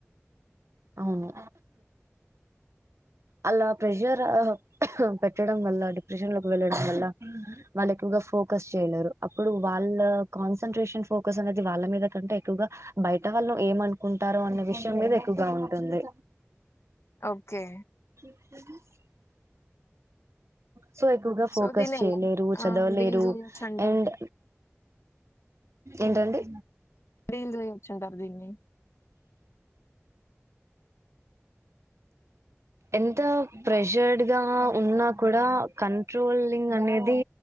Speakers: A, on the right (about 75°); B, on the left (about 65°).
A: అవును అలా ప్రెషర్ పెట్టడం వల్ల డిప్రెషన్ లోకి వెళ్ళడం వల్ల వాళ్ళు ఎక్కువగా ఫోకస్ చేయలేరు అప్పుడు వాళ్ళ కాన్సన్ంట్రేషన్ ఫోకస్ అనేది వాళ్ళ మీద కంటే ఎక్కువగా బయట వాళ్ళ ఏమనుకుంటారో అన్న విషయం మీద ఎక్కువగా ఉంటుంది
B: ఓకే
A: అ సో ఎక్కువగా ఫోకస్
B: సో దీన్ని
A: చేయలేరు
B: ఎలా
A: చదవలేరు
B: ఆ డీల్ చేయొచ్చు అంటారు
A: అండ్. ఏంటండి
B: డీల్ వచ్చుంటారు దీన్ని
A: ఎంత ప్రెషాడ్ గా ఉన్నా కూడా కంట్రోలింగ్ అనేది